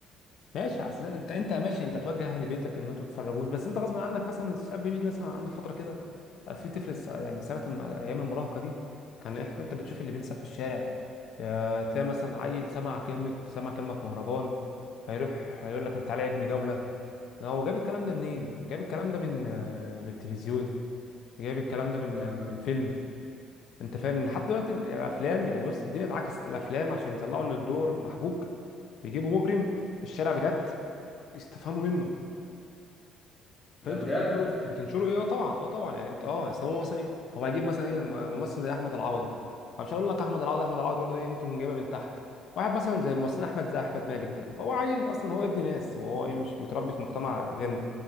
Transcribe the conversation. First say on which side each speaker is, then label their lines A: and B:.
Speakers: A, on the left; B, on the left.
A: ماشي عشان انت انت ماشي انت توجه اهل بيتك ان انتوا تتفرجوش بس انت غصب عنك مثلا الشاب بيجي مثلا عند فتره كده بقى في طفل الس- يعني سنه الم- ايام المراهقه دي كان احنا انت بتشوف اللي بيحصل في الشارع يا تلاقي مثلا عيل سمع كلمه سمع كلمه في مهرجان فيروح يقول لك انا تعالى ابني جوله هو جاب الكلام ده منين جاب الكلام ده من آه، من التلفزيون جاب الكلام ده من
B: فاهم
A: آه، من فيلم انت فاهم ان حتى دلوقتي الافلام يعني بص الدنيا اتعكست الافلام عشان يطلعوا ان الدور محبوك بيجيبوا مجرم من الشارع بجد يستفهموا منه فانتوا
B: ده بجد
A: بتنشروا بتنشروا ايه اه طبعا اه طبعا يعني انت اه يعني اصل هو مثلا ايه هو هيجيب مثلا ايه لما ممثل زي احمد العوضي أنا مش هقول لك احمد العوضي احمد العوضي برضه ايه ممكن يكون جايبها من تحت واحد مثلا زي ممثل احمد زي احمد مالك ده فهو عيل اصلا هو ابن ناس وهو ايه مش متربي في مجتمع غيرنا